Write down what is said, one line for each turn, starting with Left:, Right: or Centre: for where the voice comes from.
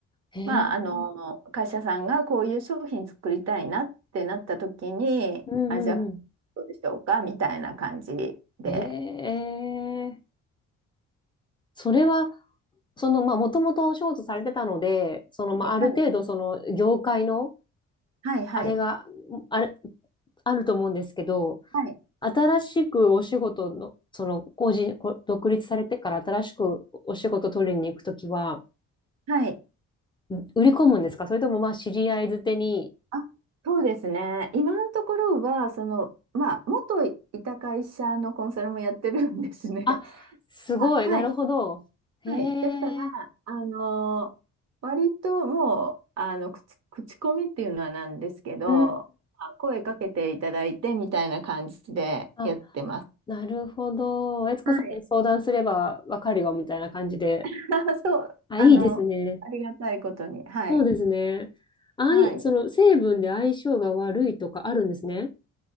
Left: ええへー
Right: まあ、あの、会社さんがこういう商品作りたいなってなった時に、
Left: うんうんうん。
Right: あ、じゃあ、どうでしょうかみたいな感じで。
Left: ええそれは、その、まあ、もともとお仕事されてたので、その、まあ、
Right: はいはい。
Left: ある程度、その、業界の、
Right: はいはい。
Left: あれが、あれ、あると思うんですけど、
Right: はい。
Left: 新しくお仕事の、その、個人、こ独立されてから新しくお仕事取りに行くときは、
Right: はい。
Left: ん売り込むんですかそれともまあ、知り合いづてに、
Right: あ、そうですね。今のところは、その、まあ、元いた会社のコンサルもやってるんですね。
Left: あ、すごい、
Right: <laughs> まあ、はい。
Left: なるほど。へ
Right: はい。だから、
Left: え、
Right: あのー割ともう、あの、口、口コミっていうのはなんですけど、
Left: うん。
Right: あ声かけていただいてみたいな感じでやってます。
Left: あ、なるほど。悦子さんに相談すればわかるよ、
Right: はい。
Left: みたいな感じで。
Right: <laughs> そう、
Left: あ、
Right: あの、
Left: いいですね。
Right: ありがたいことに。はい。
Left: そうですね。あい、
Right: はい。
Left: その成分で相性が悪いとかあるんですね。